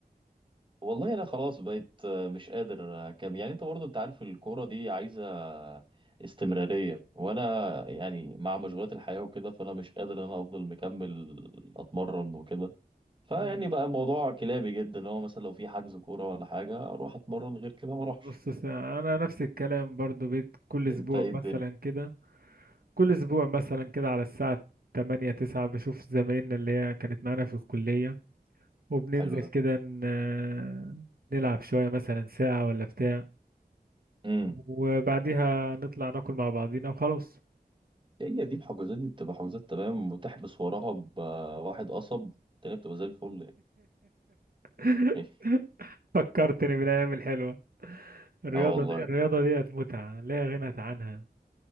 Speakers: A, on the right; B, on the right.
A: والله انا خلاص بقيت آه، مش قادر كام يعني انت برضه انت عارف الكورة دي عايزة استمرارية وانا يعني مع مشغولات الحياة وكده فانا مش قادر ان انا افضل مكمل اتمرن وكده فيعني
B: <clears throat>
A: بقى الموضوع كلابي جدا اللي هو مثلا لو في حجز كورة ولا حاجة أروح أتمرن غير كده ما أروحش
B: بص س- انا نفس الكلام برضو بيت كل اسبوع
A: أنت إيه
B: مثلا
A: الدنيا
B: كده كل اسبوع مثلا كده على الساعة 8 9 بشوف زمايلنا اللي هي كانت معانا في الكلية وبننزل
A: حلو ده
B: كده ن- نلعب شوية مثلا ساعة ولا بتاع
A: امم
B: وبعديها نطلع ناكل مع بعضينا وخلاص
A: هي دي الحجوزات دي بتبقى حجوزات تمام وتحبس وراها بواحد قصب التانية بتبقى زي الفل
B: <laughs>
A: يعني
B: فكرتني بالأيام الحلوة الرياضة
A: <laughs> اه والله
B: دي الرياضة ديت متعة لا غنى عنها